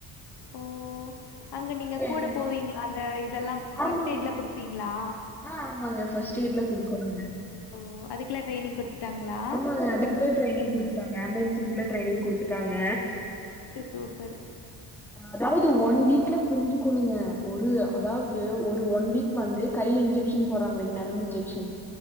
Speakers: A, on the left; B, in the centre.
A: ஓ அங்க நீங்க கூட
B: எமர்ஜென்சி
A: போவீங்ளா அந்த இதெல்லாம்
B: ஆமாங்க.
A: ஃபஸ்ட் எய்ட்லா குடுப்பீங்ளா
B: ஆ ஆமாங்க ஃபஸ்ட் எய்ட்லா குடுக்கோணுங்க
A: ஓ அதுக்கெல்லா ட்ரைனிங் குடுத்துட்டாங்களா
B: ஆமாங்க அதுக்குள்ள டிரைனிங் குடுத்துட்டாங்க ஆம்புலன்சிங்ல்லா ட்ரைனிங் குடுத் ட்டாங்க
A: சூப்பரு
B: அதாவது ஒன் வீக்ல புரிஞ்சுக்கணுங்க ஒரு அதாவது ஒரு ஒன் வீக் வந்து கைல இன்ஜெக்ஷன் போறாங்ளேங் நரம்பு இன்ஜெக்ஷன்